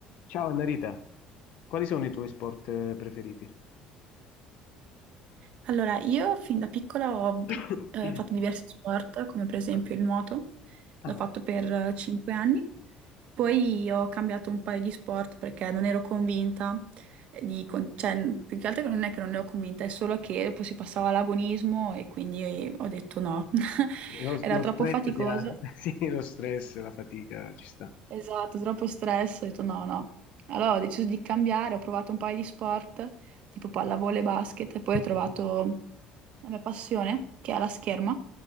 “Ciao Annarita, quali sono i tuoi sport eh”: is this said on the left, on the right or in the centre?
Left